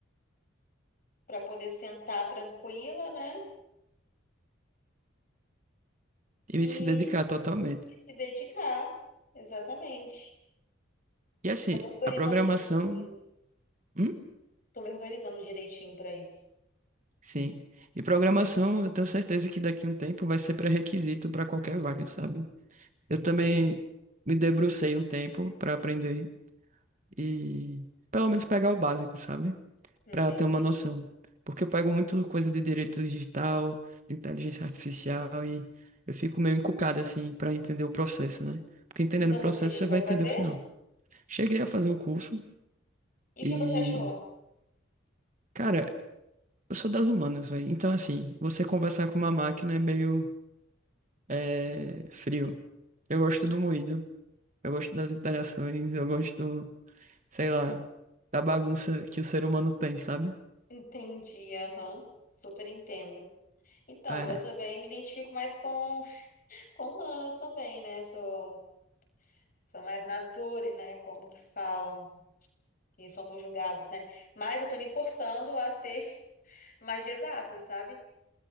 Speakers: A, on the left; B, on the right.
A: para poder sentar tranquila, né?
B: E
A: E,
B: me se dedicar totalmente.
A: e se dedicar. Exatamente.
B: E assim,
A: Tô me organizando
B: a programação.
A: direitinho.
B: Hum?
A: Tô me organizando direitinho para isso.
B: Sim. E programação, eu tenho certeza que daqui a um tempo vai ser pré-requisito para qualquer vaga, sabe? Eu
A: Sim,
B: também me debrucei um tempo para aprender e pelo menos pegar o básico, sabe?
A: entendi.
B: Para ter uma noção. Porque eu pego muito coisa de direito digital, de inteligência artificial e eu fico meio encucado assim para entender o processo, né? Porque entendendo
A: Então
B: o processo
A: você chegou
B: você vai
A: a fazer?
B: entender o final. Cheguei a fazer um curso
A: E
B: e,
A: o que você achou?
B: cara, Eu sou das humanas, velho. Então, assim, você conversar com uma máquina é meio é, frio. Eu gosto do moído, eu gosto das interações, eu gosto, sei lá, da bagunça que o ser humano tem, sabe?
A: Entendi, aham. Super entendo. Então,
B: É,
A: eu também me identifico mais com, com humanos também, né? Sou, sou mais nature, né? Como que falam. Quem somos julgados, né? Mas eu tô me forçando a ser <laughs> mais de exata, sabe?